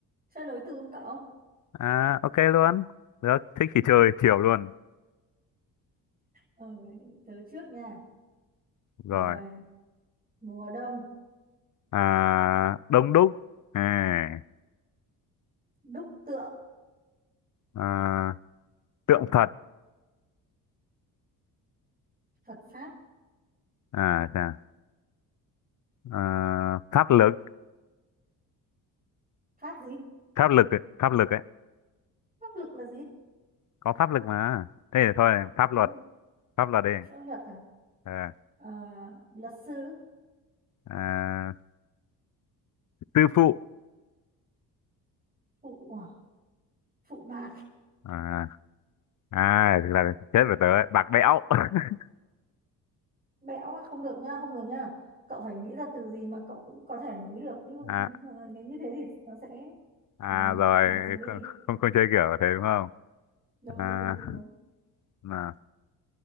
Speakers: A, on the right; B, on the left.
A: Chơi nối từ không cậu?
B: À, ok luôn. Được, thích thì chơi chiều luôn.
A: Ờ, tớ trước nha.
B: Rồi.
A: Rồi, mùa đông,
B: À, đông đúc. À,
A: đúc tượng,
B: à, tượng Phật.
A: Phật Pháp.
B: À, chà. À, pháp lực.
A: Pháp gì?
B: Pháp lực ấy. Pháp lực ấy.
A: Pháp lực là gì?
B: Có pháp lực mà. Thế thì thôi, pháp
A: Ừ,
B: luật. Pháp luật đi.
A: pháp luật à?
B: Ờ,
A: Ờ, luật sư,
B: À, sư phụ.
A: phụ, à? phụ bạc,
B: À, à, thực là chết rồi tớ ấy. Bạc bẽo. <laughs>
A: bẽo à? Không được nha, không được nha. Cậu phải nghĩ ra từ gì mà cậu cũng có thể nối được. Nhưng không,
B: À,
A: nếu như thế thì nó sẽ
B: à
A: ờ,
B: rồi,
A: bạc gì đi.
B: không, không, không chơi kiểu thế đúng không?
A: Đúng, đúng,
B: À,
A: đúng. đúng.
B: mà,